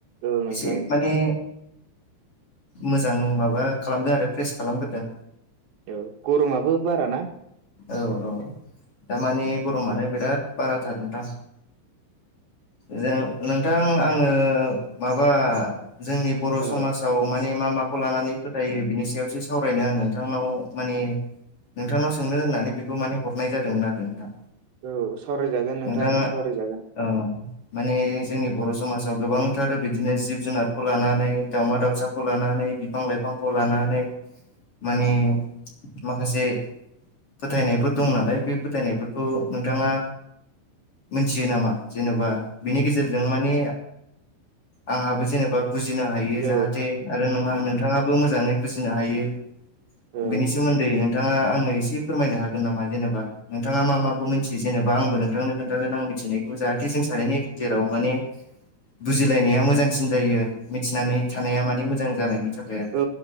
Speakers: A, on the right; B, on the left.
A: औ नोंथां
B: एसे माने मोजां माबा खालामदों आरो फ्रेस खालामगोरदों।
A: औ गर'माबो बारा ना?
B: औ औ दामानि गरमानो बिराद बाराथार नोंथां। जों नोंथां आङो माबा जोंनि बर'
A: औ
B: समाजाव माने मा माखौ लानानै फोथायो बिनि सायावसो सावरायनो आं नोंथांनाव माने नोंथांनाव सोंनो होननानै बेखौ माने हरनाय जादोंमोन आरो नोंथां।
A: औ सावरायजागोन
B: नोंथाङा
A: नोंथां सावरायजागोन।
B: औ माने जोंनि बर' समाजाव गोबांथार बिदिनो जिब जुनारखौ लानानै दाउमा-दाउसा खौलानानै बिफां लाइफांखौ लानानै माने माखासे फोथायनायफोर दं नालाय बे फोथायनायफोरखौ नोंथाङा मोनथियो नामा? जेनेबा बिनि गेजेरजों मानि आंहाबो जेनेबा बा बुजिनो हायो
A: औ
B: जाहाथे आरो नोंहा नोंथाङाबो मोजाङै बुजिनो हायो।
A: औ
B: बिनि सोमोन्दै नोंथाङा आंनो एसे फोरमायनो हागोन नामा जेनेबा नोंथाङा मा माखौ मिथियो जेनेबा आंबो नोंथांनो खोन्थागोन आं मिथिनायखौ जाहाथे जों सानैनि गेजेराव माने बुजिलायनाया मोजांसिन जायो आरो मिथिनानै थानाया माने मोजां जानायनि थाखाय आरो
A: औ